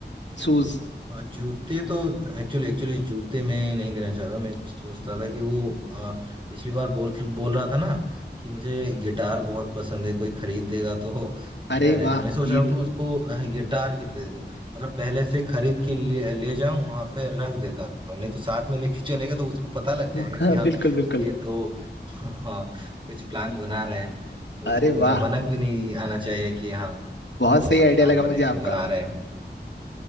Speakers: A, on the left (about 80°); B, on the right (about 25°).
A: शूज
B: आ, जूते तो एक्चुअली एक्चुअली जूते मैं नहीं देना चाहता मैं सोचता था कि वो आ, पिछली बार बोल बोल रहा था ना कि मुझे गिटार बहुत पसंद है कोई खरीद देगा तो बढ़िया
A: अरे
B: रहेगा
A: वाह
B: मैं सोच
A: ये
B: रहा हूँ कि
A: तो
B: उसको आ, गिटार गिफ्ट दे दूं मतलब पहले से खरीद के ले, ले जाऊं वहां पे रख देता हूँ नहीं तो साथ में लेके चलेंगे तो उसको पता लग जाएगा
A: <laughs>
B: कि हाँ
A: बिल्कुल बिल्कुल
B: ये तो <laughs> हाँ कुछ प्लान बना रहे हैं तो
A: अरे
B: उसको मतलब
A: वाह
B: भनक भी नहीं आना चाहिए कि हाँ
A: बहुत
B: कुछ
A: सही आइडिया
B: प्लान
A: लगा
B: बने
A: मुझे आपका
B: बना रहे हैं